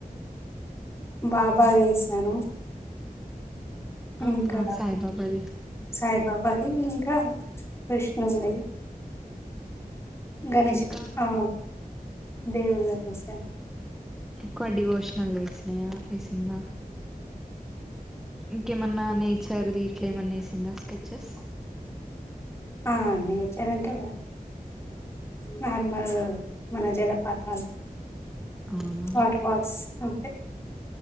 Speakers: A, on the left (about 15°); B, in the centre.
A: బాబా దెసాను
B: అవునా
A: ఇంకా
B: సాయిబాబాది
A: సాయిబాబా అది ఇంకా కృష్ణుంది గణేేషుడు
B: ఇంకా
A: ఆ దేవుళ్ళది వేసాను
B: ఎక్కువ డివోషనల్ వేసినాయా ఎసిండ్రా ఇంకేమన్నా నేచర్ది ఇట్లా ఏమన్నా ఎసిండ్రా స్కెచెస్
A: ఆ నేచర్ అంటే నార్మల్ మన జలపాతాలు
B: అవునా
A: వాటర్ ఫాల్స్ అంతే